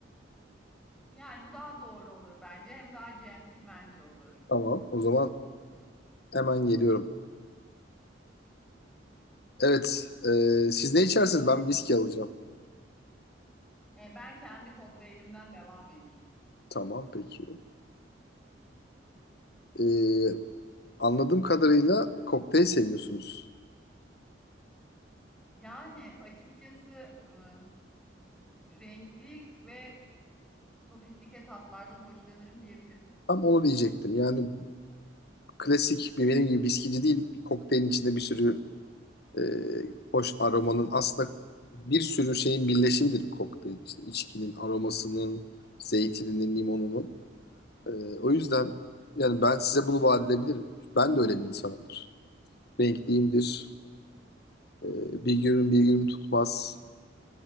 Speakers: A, in the centre; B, on the left.
A: Yani bu daha doğru olur bence. Hem daha centilmence olur.
B: Tamam. O zaman hemen geliyorum. Evet. ee, siz ne içersiniz? Ben viski alacağım.
A: E, ben kendi kokteylimden devam edeyim.
B: Tamam peki. Ee, anladığım kadarıyla kokteyl seviyorsunuz.
A: Yani açıkçası ıı, renkli ve sofistike tatlardan hoşlanırım diyebilirim.
B: Tam onu diyecektim. Yani klasik bir benim gibi viskici değil. Bir kokteylin içinde bir sürü e, hoş aromanın aslında bir sürü şeyin birleşimidir bir kokteyl. İşte içkinin aromasının, zeytininin, limonunun. E, o yüzden yani ben size bunu vaat edebilirim. Ben de öyle bir insanımdır. Renkliyimdir. E, bir günüm bir günüm tutmaz.